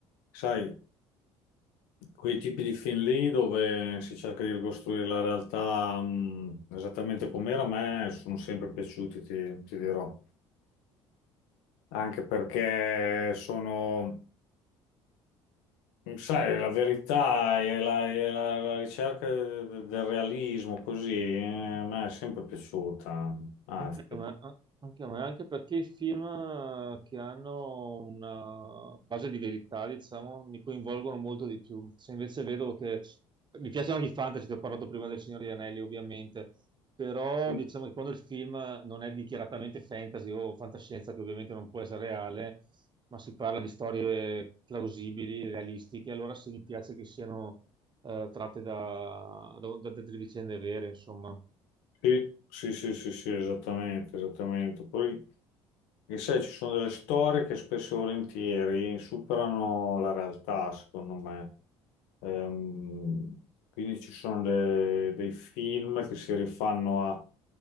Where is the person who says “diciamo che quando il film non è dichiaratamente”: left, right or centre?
Right